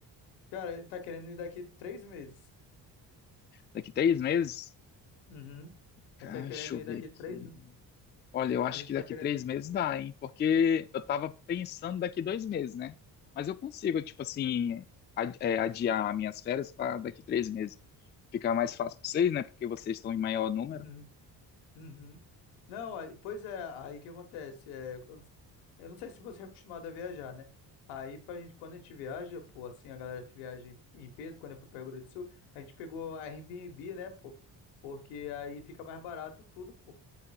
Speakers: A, on the left (about 80°); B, on the left (about 25°).
A: cara, ele tá querendo ir daqui três meses.
B: Daqui três meses?
A: Uhum.
B: Cara,
A: A gente tá querendo
B: deixa eu
A: ir
B: ver
A: daqui
B: aqui.
A: três.
B: Olha, eu acho
A: A gente
B: que
A: tá
B: daqui
A: querendo.
B: três meses dá, hein? Porque eu estava pensando daqui dois meses, né? Mas eu consigo, tipo assim, ad- é, adiar minhas férias para daqui três meses. Ficar mais fácil para vocês, né? Porque vocês estão em maior número.
A: Uhum. Uhum. Não, aí- pois é, aí que acontece. é, eu não eu não sei se você é acostumado a viajar, né? Aí pra gente, quando a gente viaja, pô, assim, a galera se viaja em, em peso, quando eu fui pra Rio Grande do Sul, a gente pegou a Airbnb, né, pô? Porque aí fica mais barato tudo, pô.